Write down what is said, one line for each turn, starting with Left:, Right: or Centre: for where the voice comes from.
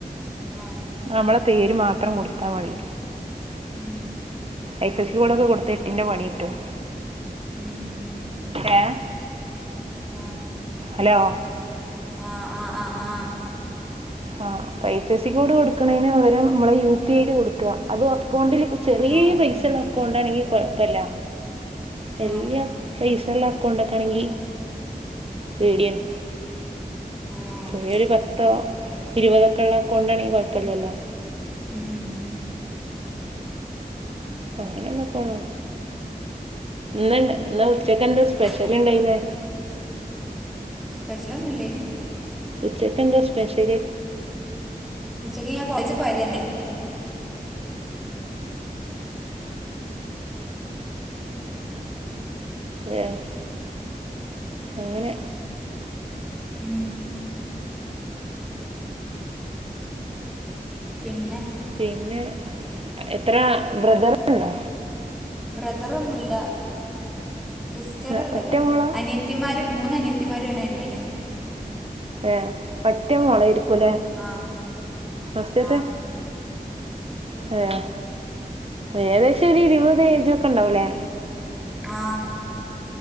Centre: ആഹ്
Right: അമ്മള പേര് മാത്രം കൊടുത്താ മതി
Centre: ഉം
Right: ഐ ഫശി കോളൊക്കെ കൊടുത്ത എട്ടിന്റെ പണിട്ടും
Centre: ഉം
Right: ഏഹ്
Centre: ആഹ്
Right: ഹലോ
Centre: ആഹ് ആഹ് ആഹ് ആഹ്
Right: ആഹ് ഫൈ ഫ എസ് സി കോഡ് കൊടുക്കുണെയ്ന് പകരം നമ്മളെ യു പി ഐഡി കൊടുക്ക അത് അക്കൗണ്ടിൽ ചെറിയ
Centre: ആ ആ
Right: പൈസള്ളക്ക കൊണ്ടാണെങ്കി കുഴപല്ല വല്യ
Centre: ആ
Right: പൈസ ഉള്ള അക്കൗണ്ടൊക്കെ ആണെങ്കി പേടിയാണ്
Centre: ഉം
Right: ചെറിയൊരു പത്തോ ഇരുപതൊക്കെ ഉള്ള കൊണ്ടാണെങ്കിൽ കുഴപ്പല്ലല്ലോ
Centre: ഉം ഉം
Right: അങ്ങനെണ്ടാക്കോണോ ഇന്ന ഇന്ന് ഉച്ചക്ക് എന്താ സ്പെഷ്യൽ
Centre: പിന്നെ
Right: ഇണ്ടായിന്നേ
Centre: സ്പെഷലൊന്നും ഇല്ലെന്‌
Right: ഉച്ചക്ക് എന്താ സ്പെഷ്യല്
Centre: ഉച്ചക്ക് ഞാൻ കോളേജ് പോയ തന്നെ
Right: എഹ് അങ്ങനെ
Centre: ഉം പിന്നെ
Right: പിന്നെ എത്ര ബ്രദറല്ലോ
Centre: ബ്രദറൊന്നുല്ല സിസ്റ്ററാള്ളത്
Right: ഏ, ഒറ്റ മോളോ
Centre: അനി ത്തിമാരും മൂന്നനിയത്തിമാരും ഒര് അനിയനും
Right: ഏഹ് ഒറ്റ മോളയിരിക്കൂല്ലേ
Centre: ആ
Right: ഫസ്റ്റ്ത്തെ
Centre: ആ
Right: ഏഹ് ഏകദേശം ഒരു ഇരുപത് ഏജോക്കെ ഉണ്ടാവൂലേ
Centre: ആഹ്